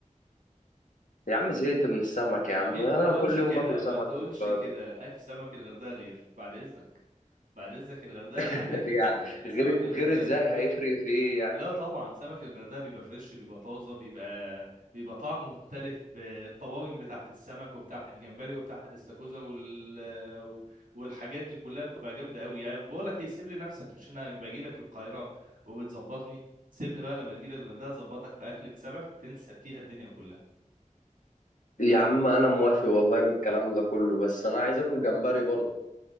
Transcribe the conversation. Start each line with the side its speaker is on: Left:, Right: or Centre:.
Left: يا عم زهقت من السمك يا
Right: ما
Left: عم
Right: فيش
Left: انا
Right: ما تقولش
Left: كل
Right: كده
Left: يوم باكل سمك
Right: ما تقولش
Left: في القاهرة.
Right: كده اكل سمك الغردقه غير بعد اذنك بعد اذنك الغردقه
Left: <laughs>
Right: يعني اكله
Left: يعني
Right: سمك
Left: غير
Right: سمك الغردقه
Left: غير ازاي
Right: غير.
Left: هيفرق في ايه يعني
Right: لا طبعا سمك الغردقه بيبقى فريش بيبقى طازه بيبقى بيبقى طعمه مختلف آه، الطواجن بتاعت السمك وبتاعت الجمبري وبتاعت الاستاكوزا وال... آه، والحاجات دي كلها بتبقى جامده قوي يعني بقول لك ايه سيب لي نفسك مش انا باجي لك القاهره وبتظبطني سيبني بقى لما تجي لي الغردقه اظبطك في اكله سمك تنسى فيها الدنيا كلها
Left: يا عم انا موافق والله بالكلام ده كله بس انا عايز اكل جمبري برضه